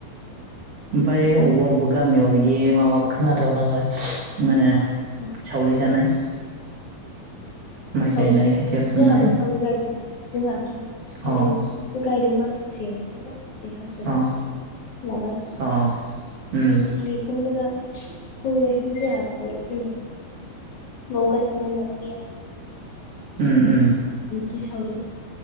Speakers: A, on the right; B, on the left.
A: ओमफाय अबा अबा गा गामियाव बिदि माबा खोनादो दाव आङो माने
B: मा
A: सावरि जानाय। माइ
B: सावरि
A: गायनाय खोथिया फुनाय
B: जाहाबो सावरि गायदों। जोंहाथ' सावरिबो
A: अ
B: गायदों माखासे ओमफाय मा माखासे हाजिरा
A: अ
B: लाबाय। ओमफाय
A: अ उम
B: बेखौनो दा सुखुगासिनो जोंहा सावरि फैनायखौ न आव गायखांबाय नालाय मैया।
A: ओम ओम।
B: बि सावरि